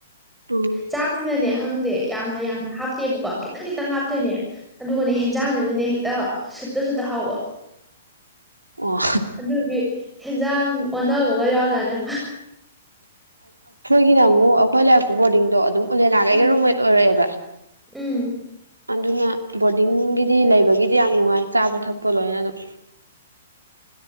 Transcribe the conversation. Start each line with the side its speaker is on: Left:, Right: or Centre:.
Right: ꯎꯝ
Centre: ꯆꯥꯛꯁꯤꯅꯅꯦ ꯍꯪꯗꯦ ꯌꯥꯝꯅ ꯌꯥꯝꯅ ꯍꯥꯞꯇꯦꯕꯀꯣ ꯈꯤꯇꯪ ꯈꯤ ꯆꯠꯇꯣꯏꯅꯦ ꯑꯗꯨꯒꯅꯦ ꯍꯦꯟꯖꯥꯡꯅꯤꯅꯅꯦ ꯍꯦꯛꯇ ꯁꯨꯠꯇꯁꯨꯨꯠꯇ ꯍꯥꯎꯕ
Right: ꯑꯣ
Centre: ꯑꯗꯨ ꯍꯦ ꯍꯦꯟꯖꯥꯡ ꯑꯣꯟꯅꯕꯒ ꯌꯥꯎꯖꯥꯅꯦ
Right: ꯑꯩꯅ ꯑꯃꯨꯛ ꯑꯩꯈꯣꯏ ꯂꯩꯔꯛꯄ ꯕꯣꯔꯗꯤꯡꯗꯣ ꯑꯗꯨꯝ ꯎꯂꯦꯅꯥꯒ ꯑꯩꯒ
Centre: ꯎꯝ
Right: ꯔꯨꯝꯃꯦꯠ ꯑꯣꯏꯔꯛꯑꯦꯕ
Centre: ꯎꯝ
Right: ꯑꯗꯨꯅ ꯕꯣꯔꯗꯤꯡꯒꯤꯗꯤ ꯂꯩꯕꯒꯤꯗꯤ ꯌꯥꯝ ꯅꯨꯡꯉꯥꯏ ꯆꯥꯕ ꯊꯛꯄ ꯂꯣꯏꯅ ꯑꯗꯨꯝ